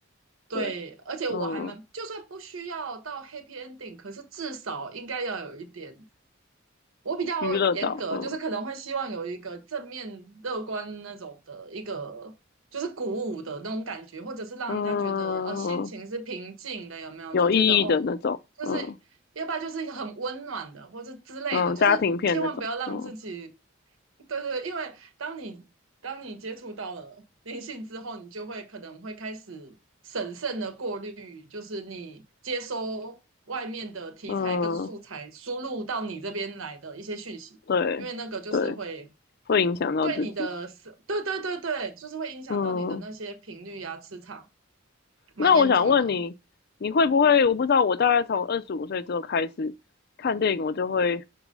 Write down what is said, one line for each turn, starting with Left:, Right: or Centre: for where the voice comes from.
Right: 对，
Left: 对，
Right: 而且我还蛮，
Left: 嗯，
Right: 就算不需要到 happy ending，可是至少应该要有一点。我比较严格，
Left: 娱乐到，嗯
Right: 就是可能会希望有一个正面乐观那种的一个，就是鼓舞的那种感觉，或者是让人家觉得呃心情是平静的，
Left: 嗯，
Right: 有没有？
Left: 有意义的那种，
Right: 就觉得哦就是要不然就是很温暖的，
Left: 嗯
Right: 或者之类的，
Left: 嗯，
Right: 就是千万不要让自己，
Left: 家庭片那种，嗯
Right: 对对，因为当你当你接触到了灵性之后，你就会可能会开始审慎的过滤，就是你接收外面的题材跟素材输入到你这边来的一些讯息，
Left: 嗯，对对，
Right: 因为那个就是会
Left: 会影响到自己，
Right: 对你的思，对对对对，就是会影响到你的那些频率啊、
Left: 嗯。
Right: 磁场，蛮严重的。
Left: 那我想问你，你会不会？我不知道，我大概从二十五岁之后开始看电影，我就会